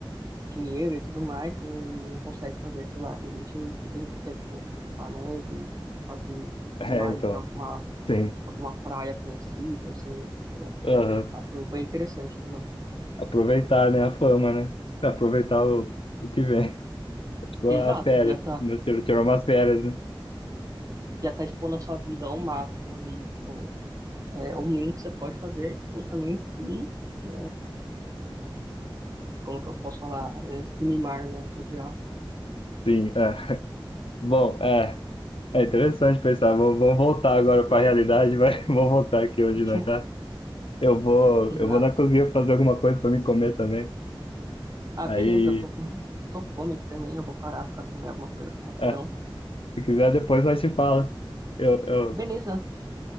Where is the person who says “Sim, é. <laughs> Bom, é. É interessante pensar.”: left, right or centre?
Left